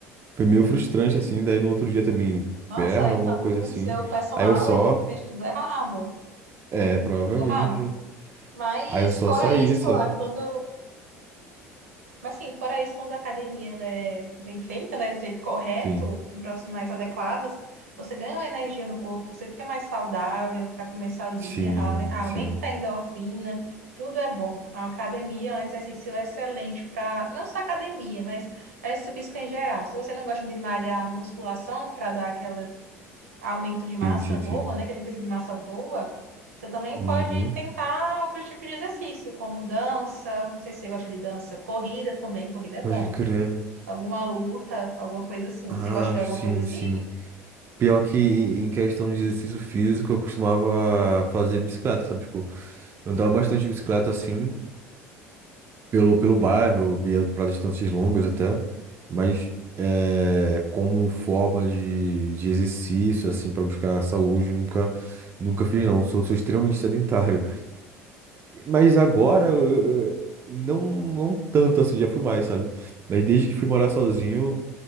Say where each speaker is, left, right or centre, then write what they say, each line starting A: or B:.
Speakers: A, on the right; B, on the right.
A: foi meio frustrante assim. Daí no outro dia também,
B: Nossa,
A: perna,
B: então
A: alguma coisa assim.
B: seu personal,
A: Aí eu só.
B: ele fez tudo errado.
A: É, provavelmente.
B: Tudo errado. Mas
A: Aí eu só
B: fora
A: saí,
B: isso,
A: sabe?
B: lá, quando Mas sim, fora isso, quando a academia ela é bem feita, né, do jeito correto,
A: Sim.
B: com profissionais adequados, você ganha uma energia no corpo, você fica mais saudável para começar o dia,
A: Sim,
B: ale- ah,
A: sim,
B: aumenta a endorfina, tudo é bom. A academia é um exercício excelente para, não só academia, mas exercício físico em geral. Se você não gosta de malhar musculação para dar aquela aumento de massa
A: sim, sim,
B: boa,
A: sim.
B: né? Que a gente precisa de massa boa, você também
A: Uhum.
B: pode tentar outros tipos de exercício, como dança, não sei se você gosta de dança, corrida também, corrida é
A: Pode
B: bom.
A: crer.
B: Alguma luta, alguma coisa assim.
A: Ah,
B: Você gosta de alguma
A: sim,
B: coisa assim?
A: sim. Pior que em em questão de exercício físico, eu costumava fazer bicicleta, sabe? Tipo, eu andava bastante de bicicleta assim, pelo, pelo bairro, ia pra distâncias longas até, mas é, como forma de, de exercício, assim, pra buscar saúde, nunca, nunca fiz, não. Sou, sou extremamente sedentário. Mas agora, eu- eu- não, não tanto assim, já fui mais, sabe? Mas desde que fui morar sozinho,